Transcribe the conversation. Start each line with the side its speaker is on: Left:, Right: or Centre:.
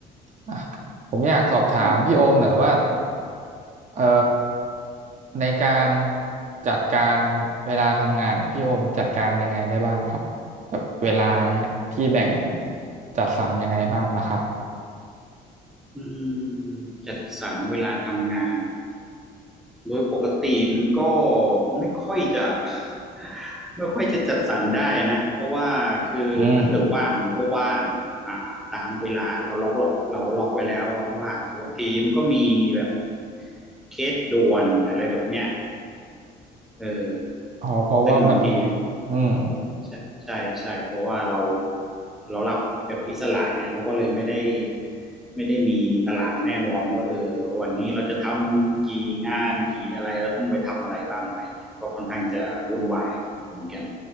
Right: อ่ะผมอยากสอบถามพี่โอมหน่อยว่า
Centre: อืม
Right: เอ่อในการจัดการเวลาทำงานเนี่ยพี่โอมจัดการยังไงได้บ้างครับแบบเวลาเนี่ยพี่แบ่งจัดสรรยังไงบ้างล่ะครับ
Centre: อืมจัดสรรเวลาทำงาน โดยปกติมันก็ไม่ค่อยจะ <laughs> ไม่ค่อยจะจัดสรรได้นะเพราะว่าคือถ้าเกิดว่างมันก็ว่างอ่าตามเวลาเราล็อกล็อกเราล็อกไว้แล้วว่างๆแต่บางทีมันก็มีแบบ
Right: อืม
Centre: เคสด่วนอะไรแบบเนี้ยเออ
Right: อ๋อเพราะว่ามัน
Centre: ซึ่งบางที
Right: อืม
Centre: ใช่ใช่ใช่เพราะว่าเราเรารับแบบอิสระไงเราก็เลยไม่ได้ไม่ได้มีตารางแน่นอนว่าเออวันนี้เราจะทำกี่งานกี่อะไรเราต้องไปทำอะไรบ้างอะไรเงี้ยก็ค่อนข้างจะวุ่นวายเหมือนกัน